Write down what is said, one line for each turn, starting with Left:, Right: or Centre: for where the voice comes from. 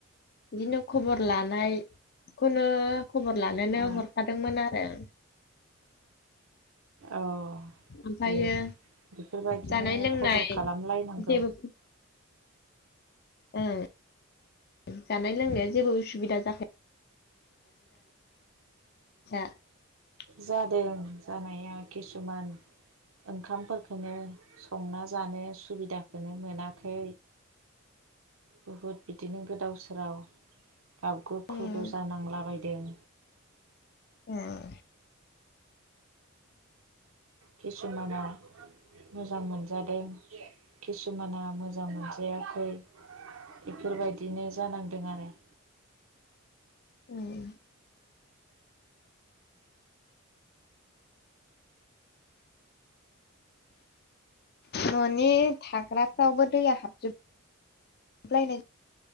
Left: बिदिनो खबर लानाय । बेखौनो खबर लानोनो
Right: ओ
Left: हरखादोंमोन आरो ।
Right: औ
Left: ओमफ्रायो
Right: दे बेफोरबायदिनो
Left: जानाय लोंनाय
Right: खबर खालामलायनांगौ
Left: जेबो
Right: ।
Left: <inaudible> ओं जानाय लोंनाया जेबो उसुबिदा जायाखै <unintelligible>
Right: जादों जानाया किसुमान ओंखामफोरखोनो संना जानो सुबिदाखोनो मोनाखै बुहुद बिदिनो गोदाव सोराव गाबगु
Left: उम
Right: खुगु जानांलाबायदों
Left: ओम
Right: किसुमाना मोजां मोनजादों खिसुमाना मोजां मोनजायाखै बेफोरबायदिनो जानांदों आरो
Left: ओम ननि थाग्रा फोरावबो दैया हाबजोब लायनाय